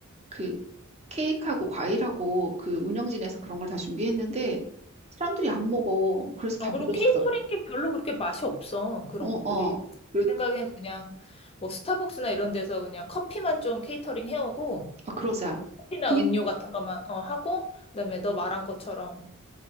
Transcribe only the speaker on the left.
어, 그리고
케이터링 게 별로 그렇게 맛이 없어. 그런
것들이.
그래서
내 생각에는 그냥 뭐 스타벅스나 이런 데서 그냥 커피만 좀 케이터링 해오고
커- 커피나
음료 같은 것만 어, 하고 그다음에 너 말한 것처럼